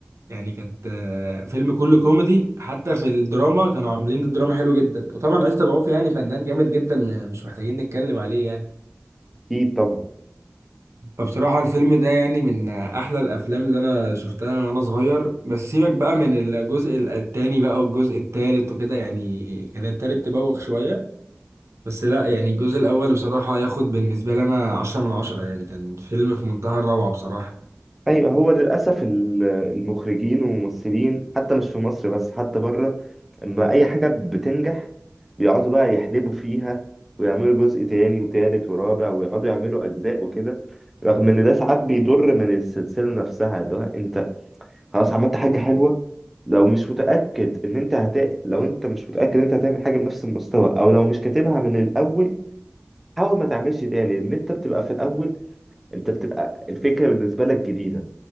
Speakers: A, on the right (about 80°); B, in the centre.
A: يعني كانت آه، فيلم كله كوميدي حتى في الدراما كانوا عاملين الدراما حلو جدا وطبعا عايز تبعوف يعني فنان جامد جدا مش محتاجين نتكلم عليه يعني
B: أكيد طبعا
A: فبصراحة الفيلم ده يعني من أحلى الأفلام اللي أنا شفتها وأنا صغير بس سيبك بقى من الجزء التاني بقى والجزء التالت وكده يعني كان التالت تبوخ شوية بس لا يعني الجزء الأول بصراحة ياخد بالنسبة لي أنا عشرة من عشرة يعني كان فيلم في منتهى الروعة بصراحة
B: أيوه هو للأسف ال- المخرجين والممثلين حتى مش في مصر بس حتى بره اما اي حاجة بتنجح بيقعدوا بقى يحلبوا فيها ويعملوا جزء تاني وتالت ورابع ويقعدوا يعملوا اجزاء وكده رغم ان ده ساعات بيضر من السلسلة نفسها اللي هو انت خلاص عملت حاجة حلوة لو مش متأكد ان انت هت... لو انت مش متأكد ان انت هتعمل حاجة بنفس المستوى او لو مش كاتبها من الاول حاول ما تعملش تاني ان انت بتبقى في الاول انت بتبقى الفكرة بالنسبة لك جديدة